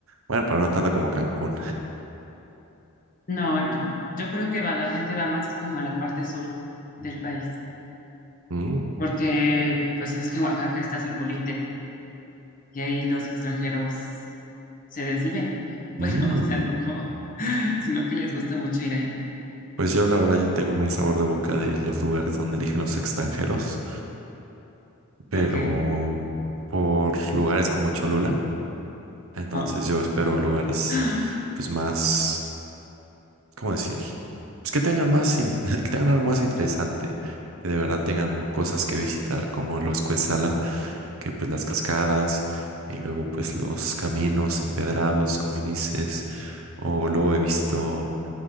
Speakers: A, on the right; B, on the left.
A: Bueno, pero no tanto como Cancún.
B: No, yo, yo creo que va, la gente va más como a la parte sur del país,
A: Mm,
B: porque pues es que en Oaxaca está Zipolite y ahí los extranjeros se desviven. Bueno,
A: mm.
B: <laughs> o sea, no como, <laughs> sino que les gusta mucho ir ahí.
A: Pues yo la verdad ya tengo un mal sabor de boca de los lugares donde eligen los extranjeros, pero
B: Porque,
A: por lugares como Cholula, entonces
B: oh,
A: yo espero lugares
B: <gasps>
A: pues más ¿cómo decir? Pues que tengan más, in- <laughs> que tengan algo más interesante, que de verdad tengan cosas que visitar, como los Cuetzalan, que pues las cascadas y luego pues los caminos empedrados, como dices, o luego he visto